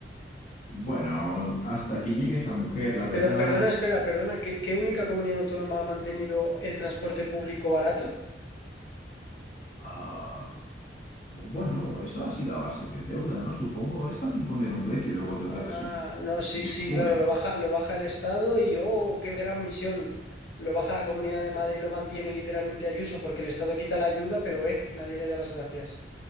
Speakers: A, on the left; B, on the left.
A: Bueno, hasta que llegue esa mujer, la verdad,
B: Pero perdona, espera, perdona, ¿qué, qué única comunidad autónoma ha mantenido el transporte público barato?
A: ah, bueno, eso ha sido a base de deuda, ¿no? Supongo, es fácil poner un precio y luego tratar
B: Ah,
A: de subir
B: no, sí,
A: dinero
B: sí,
A: público.
B: claro, lo baja, lo baja el Estado y oh, qué gran misión. Lo baja la Comunidad de Madrid lo mantiene literalmente Ayuso, porque el Estado quita la ayuda, pero eh, nadie le da las gracias.